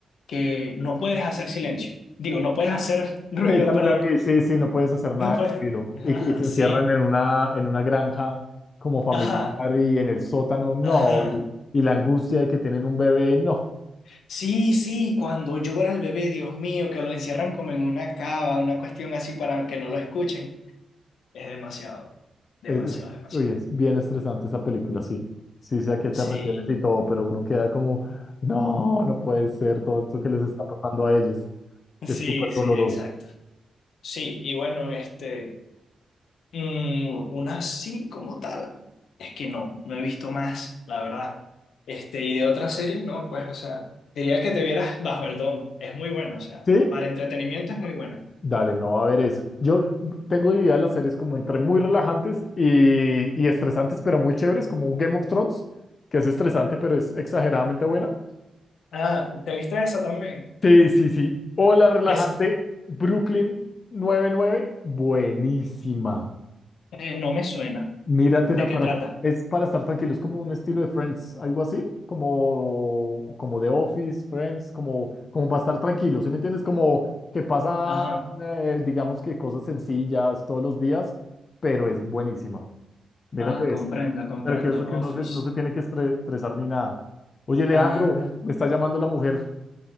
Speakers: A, on the left; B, on the left.
A: que no puedes hacer silencio. Digo, no puedes hacer <laughs> ruido,
B: Esa me
A: perdón.
B: la vi, sí, sí, no puedes hacer nada
A: No
B: de
A: puedes.
B: ruido.
A: <laughs>
B: Y,
A: Ajá,
B: que se encierran
A: sí.
B: en una, en una granja como familiar
A: Ajá,
B: y en el sótano, no.
A: ajá.
B: Y, y la angustia de que tienen un bebé, no.
A: Sí, sí, cuando llora el bebé, Dios mío, que lo encierran como en una cava, una cuestión así para que no lo escuchen. Es demasiado, demasiado,
B: Es, uy,
A: demasiado.
B: uy, es bien estresante esa película, sí. Sí sé a qué te
A: Sí,
B: refieres y todo, pero uno queda como, no, no puede ser todo esto que les está pasando a ellos.
A: sí,
B: Es súper
A: sí,
B: doloroso.
A: exacto. Sí, y bueno, este, mm, una sí como tal, es que no, no he visto más, la verdad. Este, y de otra serie, no, pues, o sea, diría que te vieras Bajo el Domo, es muy buena, o sea,
B: ¿Sí?
A: para entretenimiento es muy buena.
B: Dale, no va a haber eso. Yo tengo idea de las series como entre muy relajantes y, y estresantes, pero muy chéveres, como un Game of Thrones, que es estresante, pero es exageradamente buena.
A: Ah, ¿te viste esa también?
B: Sí, sí, sí. Hola, relajante.
A: Esa,
B: Brooklyn noventa y nueve buenísima.
A: Eh, no me suena.
B: Míratela
A: ¿De qué
B: para,
A: trata?
B: es para estar tranquilo, es como un estilo de Friends, algo así, como, como The Office, Friends, como, como para estar tranquilo, ¿sí me entiendes? Como que pasa,
A: Ajá,
B: eh, digamos que cosas sencillas todos los días, pero es buenísima. Mírate
A: ah, comprendo,
B: eso.
A: comprendo,
B: Pero que eso que uno
A: Office.
B: se- no se tiene que estre- estresar ni nada. Oye, Leandro,
A: Ah,
B: me está llamando la mujer.